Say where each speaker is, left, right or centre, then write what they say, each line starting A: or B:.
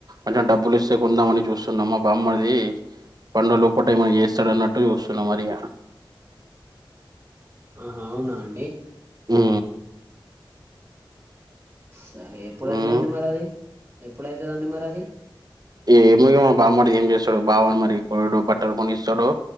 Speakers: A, on the right (about 45°); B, on the right (about 30°).
A: ఐనా డబ్బులు ఇస్తే కొందాం అని చూస్తున్నాం మా బామ్మర్ది అది పండుగ లోపట ఏమై చేస్తాడన్నట్టు చూస్తున్నా మరి ఇగ
B: ఆహా అవునా అండి
A: ఆ
B: సరే ఎప్పుడైతుందండి
A: ఉమ్
B: మరి అది ఎప్పుడైతుదండి మరి అది
A: ఏ ఏమో ఇగ బామ్మర్ది ఏం చేస్తాడో బావా మరి బట్టలు కొని ఇస్తాడో